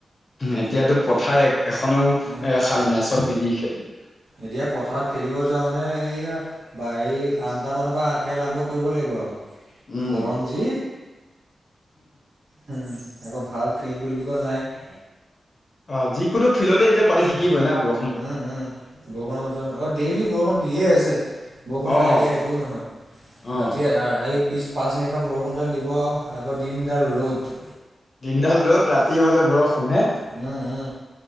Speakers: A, on the left; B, on the right.
A: এতিয়াতো পথাৰ এক এখনো
B: উম
A: এ খালি নাই চব বিজি খেতিত
B: এতিয়া পথাৰত খেলিব যোৱা মানে এইয়া বাৰি আঠটামানৰ পৰা খেল আৰম্ভ কৰিব লাগিব আও।
A: উম
B: গৰম যি, হোম, আকো ভাল ফিল্ড বুলি ক নাইয়ে
A: অ' যিকোনো ফিলতে এতিয়া পানী থাকিবই না ব্ৰ।
B: উম-উম বৰষুণৰ বতৰ আকৌ ডেইলি বৰষুণ দিয়ে আছে বৰষুণ
A: অ
B: নাই দিয়া সেইটোও নহয়
A: অ
B: ৰাতি আহি পিছ পাঁচ নিশা বৰষুণডাল দিব আও আকৌ দিনডাল ৰ'দ
A: দিনডাল ৰ'দ ৰাতি হলে বৰষুণ হে?
B: উম উম।